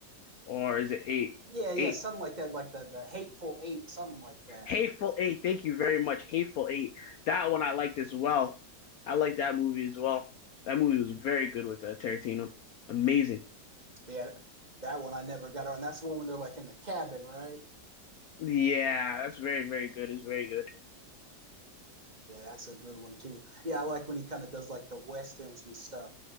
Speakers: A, on the left; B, on the right.
A: or is it eight?
B: yeah, yeah,
A: Eight.
B: yeah, something like that, like the the Hateful Eight, something like that.
A: Hateful Eight. Thank you very much. Hateful Eight. That one I liked as well. I liked that movie as well. That movie was very good with uh, Tarantino. Amazing.
B: Yeah, that one I never got on. That's the one when they're like in the cabin, right?
A: Yeah, that's very, very good. It's very good.
B: Yeah, that's a good one too. Yeah, I like when he kind of does like the westerns and stuff.